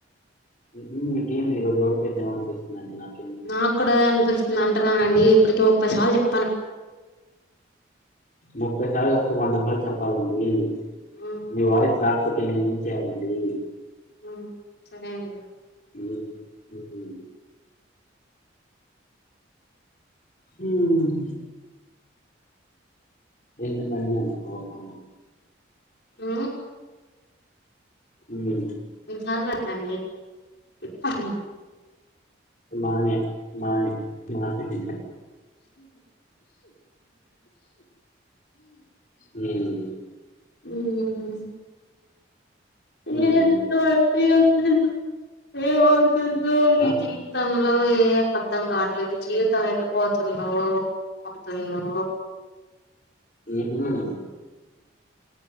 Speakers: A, on the left; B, on the left.
A: ఉహు మీ గేమ్ ఈరోజు ఓడిపోయేద్దేమో అనిపిస్తోంది అండి నాకు.
B: నా కూడా అన్పిస్త్. నంటున్ననండి ఇప్పటికి ముప్పై సార్లు చెప్.
A: ముప్పై సార్లు. ఓ వంద సార్లు చెప్పాలండి.
B: ఉమ్
A: మీ వాయిస్. కాక్పోతే నేనేం చేయాలండి.
B: ఆ సరే అండ్.
A: ఉహుమ్ హుమ్మ్ ఎందుకండీ అంత కోపం.
B: ఆ
A: ఉమ్మ్
B: అన్ని సార్లు <unintelligible> అ
A: మానే మానే మానే హుమ్మ్
B: ఉమ్మ్
A: మ్మ్
B: ఏమిటో అండి. <inaudible> ఏందో
A: ఆ
B: ఈ జీవితం. ఏంటో ఏం అర్థం కావట్లేదు జీవితం ఎటుపోతుందో. తన్నో
A: <unintelligible>